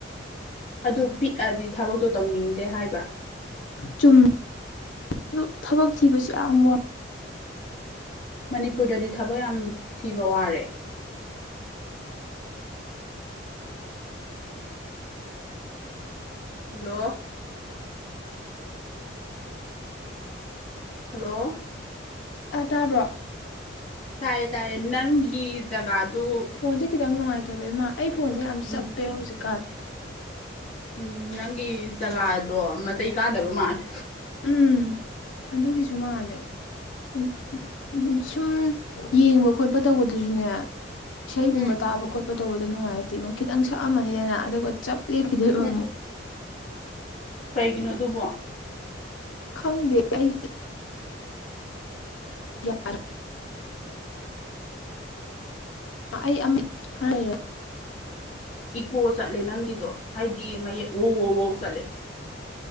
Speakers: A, on the left (about 35°); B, on the left (about 80°).
A: ꯑꯗꯨ ꯄꯤꯛꯑꯗꯤ ꯊꯕꯛꯇꯣ ꯇꯧꯅꯤꯡꯗꯦ ꯍꯥꯏꯕ
B: ꯆꯨꯝꯃꯦ ꯑꯗꯨ ꯊꯕꯛ ꯊꯤꯕꯁꯨ ꯌꯥꯝ ꯋꯥ
A: ꯃꯅꯤꯄꯨꯔꯗꯗꯤ ꯊꯕꯛ ꯌꯥꯝ ꯊꯤꯕ ꯋꯥꯔꯦ ꯍꯜꯂꯣ ꯍꯜꯂꯣ
B: ꯑ ꯇꯥꯕ꯭ꯔꯣ
A: ꯇꯥꯏꯌꯦ ꯇꯥꯏꯌꯦ ꯅꯪꯒꯤ ꯖꯒꯥꯗꯨ
B: ꯐꯣꯟꯁꯦ ꯈꯤꯇꯪ ꯅꯨꯡꯉꯥꯏꯇꯕ ꯏꯃꯥ ꯑꯩ ꯐꯣꯟꯁꯦ ꯌꯥꯝ
A: ꯎꯝ
B: ꯆꯞꯄꯦ ꯍꯧꯖꯤꯛꯀꯥꯟ
A: ꯎꯝ ꯅꯪꯒꯤ ꯖꯒꯥꯗꯣ ꯃꯆꯩ ꯀꯥꯟꯗꯕ ꯃꯥꯂ
B: ꯎꯝ ꯑꯗꯨꯒꯤꯁꯨ ꯃꯥꯜꯂꯦ ꯑꯗꯨꯅ ꯎ ꯁꯨꯝ ꯌꯦꯡꯕ ꯈꯣꯠꯄ ꯇꯧꯕꯗꯨꯁꯨꯅꯦ ꯏꯁꯩꯒꯨꯝꯕ
A: ꯎꯝ
B: ꯇꯥꯕ ꯈꯣꯠꯄ ꯇꯧꯕꯗꯣ ꯅꯨꯡꯉꯥꯏꯇꯦꯣ ꯈꯤꯇꯪ ꯁꯛꯑꯝꯃꯅꯤꯗꯅ ꯑꯗꯨꯒ ꯆꯞꯂꯤ ꯐꯈꯤꯗꯣꯏꯕ
A: ꯎꯝ
B: ꯑꯃꯨꯛ
A: ꯀꯩꯒꯤꯅꯣ ꯑꯗꯨꯕꯣ
B: ꯈꯪꯗꯏ ꯌꯥꯔ ꯑꯩ ꯑꯃ ꯈꯔꯔꯛ
A: ꯏꯀꯣ ꯆꯠꯂꯦ ꯅꯪꯒꯤꯗꯣ ꯍꯥꯏꯗꯤ ꯃꯌꯦꯛ ꯋꯧꯋꯋꯧ ꯆꯠꯂꯦ